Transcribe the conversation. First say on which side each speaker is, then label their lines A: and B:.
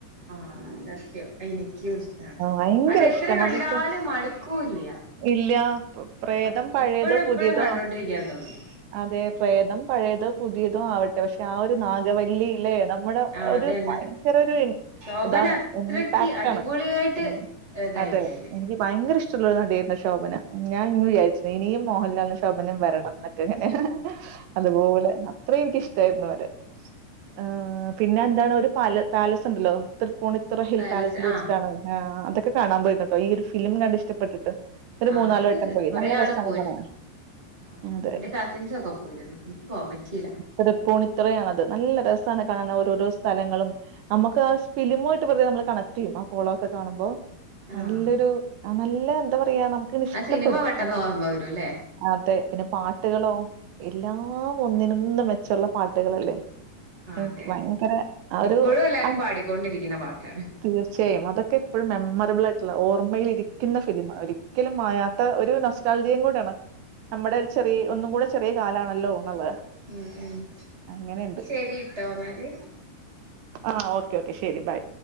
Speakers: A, on the right (about 15°); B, on the right (about 80°).
A: ആഹ് സത്യം. എനിക്കും ഇഷ്ടാണ്.
B: ഭയങ്കര
A: അത് എത്ര
B: ഇഷ്ടമാണ്
A: കണ്ടാലും
B: അത് ഇപ്പൊ
A: മടുക്കൂല്ല.
B: ഇല്ല പ്രേ പ്രേതം
A: ആഹ്
B: പഴയതോ
A: എപ്പഴും എപ്പഴും
B: പുതിയതോ?
A: കണ്ടോണ്ടിരിക്കാൻ തോന്നും
B: അതെ പ്രേതം പഴയതോ പുതിയതോ ആവ പക്ഷെ ആഹ് ഒരു നാഗവല്ലില്ലേ നമ്മുടെ
A: ആഹ്
B: ഒരു
A: അതന്നെ
B: ഭയങ്കര ഒരു
A: ശോഭന
B: ഇതാണ്
A: അത്രക്ക്
B: ഇംപാക്ടാണ്.
A: അടിപൊളിയായിട്ട്
B: ഉം
A: ഇതായിണ്ട്
B: അതെ
A: അയില്
B: എനിക്ക് ഭയങ്കര ഇഷ്ടൊള്ളൊരു നടിയായിരുന്നു ശോഭന. ഞാൻ ഇന്ന് വിചാരിച്ചു ഇനിയും മോഹൻലാലും ശോഭനയും വരണം എന്നൊക്കെ ഇങ്ങനെ. അതുപോലെ അത്രയും എനിക്കിഷ്ടായിരുന്നു അവരെ. ഏഹ് പിന്നെ എന്താണ് ഒരു പാല പാലസ് ഉണ്ടല്ലോ. തൃപ്പൂണി ത്തറ ഹിൽ
A: പാലസ്
B: പാലസിൽ വച്ചിട്ടാണ്.
A: ആഹ്
B: ആഹ് അതൊക്കെ കാണാൻ പോയിരുന്നൂട്ടോ. ഈ ഒരു ഫിലിം കണ്ട് ഇഷ്ടപ്പെട്ടിട്ട്. ഒരു
A: ആഹ് അത്
B: വട്ടം പോയി.
A: കൊറേ
B: നല്ല
A: ആള്
B: രസാണ്
A: പോയിട്ട്
B: കാണാൻ.
A: ആഹ്
B: അതെ.
A: എന്റെ കസിൻസൊക്കെ പോയിരുന്നു. എനിക്ക് പോവാൻ പറ്റിയില്ല.
B: തൃപ്പൂണിത്തറയാണത്. നല്ല രസാണ് കാണാൻ ഓരോരോ സ്ഥലങ്ങളും. നമുക്ക് ആഹ് ഫിലിമായിട്ട് അപ്പഴത്തേ കണക്ട് ചെയ്യും. ആഹ് കുളം ഒക്കെ കാണുമ്പോ.
A: ആഹ്
B: നല്ലൊരു നല്ല എന്താ പറയാ നമുക്ക് ഇങ്ങനെ
A: ആ
B: ഇഷ്ടപ്പെടും.
A: സിനിമ പെട്ടെന്ന്
B: അതെ
A: ഓർമ്മ വരൂല്ലേ
B: അതെ. പിന്നെ പാട്ടുകളോ. എല്ലാം ഒന്നിനൊന്ന് മെച്ചമുള്ള പാട്ടുകളല്ലേ. <inaudible>
A: അതെ
B: എനിക്ക്
A: അതെ
B: ഭയങ്കര ആഹ് ഒരു
A: ഇപ്പോഴും എല്ലാരും
B: ആഹ്
A: പാടിക്കൊണ്ടിരിക്കുന്ന പാട്ടാണ്
B: തീർച്ചയായും. അതൊക്കെ എപ്പഴും മെമ്മറബിൾ ആയിട്ടുള്ള ഓർമ്മയിലിരിക്കുന്ന ഫിലിമാ ഒരി ക്കലും മായാത്ത ഒരു നൊസ്റ്റാൾജിയയും കൂടെ ആണ്. നമ്മുടെ ഒരു ചെറി ഒന്നും കൂടെ ചെറിയ കാലാണല്ലോ എന്നുള്ളത്.
A: ഉം ഉം
B: അങ്ങനെയുണ്ട്.
A: ശരിട്ടോ എന്നാല്.
B: ആഹ് ഓക്കെ ഓക്കെ ശരി ബൈ.